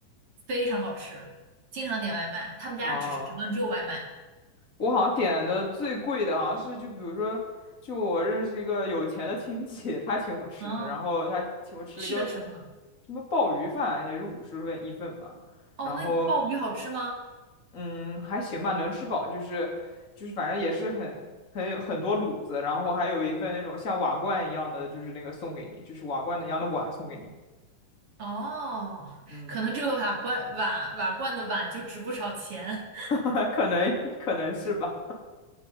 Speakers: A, on the right; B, on the left.
A: 非常好吃。经常点外卖，他们家只只能只有外卖。
B: 哦。我好像点的最贵的，好像是就比如说，就我认识一个有钱的亲戚，他请我吃的，
A: 嗯，
B: 然后他请我吃了一个
A: 吃的什么？
B: 什么鲍鱼饭，也是五十份一份吧，
A: 哦，
B: 然后
A: 那你鲍鱼好吃吗？
B: 嗯还行吧，能吃饱，就是就是反正也是很很有很多卤子，然后还有一份那种像瓦罐一样的，就是那个送给你，就是瓦罐一样的碗送给你，
A: 哦，
B: 嗯，
A: 可能这个瓦罐瓦瓦罐的碗就值不少钱。
B: <laughs> 可能可能是吧。